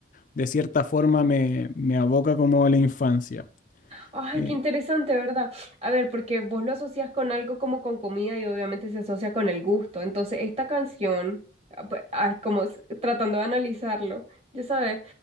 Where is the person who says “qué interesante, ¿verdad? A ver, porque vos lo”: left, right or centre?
Right